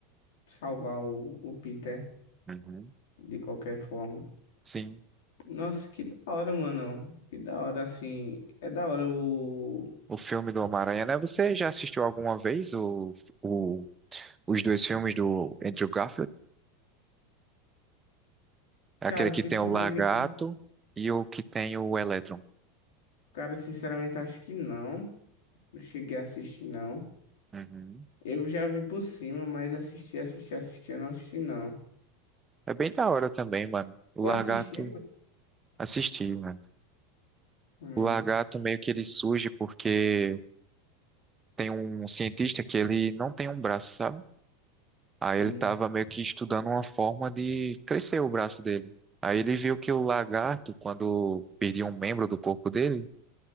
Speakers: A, on the left (about 80°); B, on the right (about 15°).
A: salvar o, o Peter
B: Uhum.
A: de qualquer forma.
B: Sim.
A: Nossa, que da hora, mano. Que da hora, assim. É da hora o.
B: O filme do Homem-Aranha, né? Você já assistiu alguma vez o, o, os dois filmes do Andrew Garfield? É
A: Cara,
B: Aquele que
A: sinceramente.
B: tem o Largato e o que tem o Electron.
A: Cara, sinceramente, acho que não. Não cheguei a assistir, não.
B: Uhum.
A: Eu já vi por cima, mas assisti, assisti, assisti, eu não assisti, não.
B: É bem da hora também, mano. O
A: Eu
B: Largato
A: assisti,
B: assisti, mano.
A: Hum,
B: O lagarto meio que ele surge porque tem um cientista que ele não tem um braço, sabe? Aí
A: sim,
B: ele tava meio que estudando uma forma de crescer o braço dele. Aí ele viu que o lagarto, quando perdia um membro do corpo dele,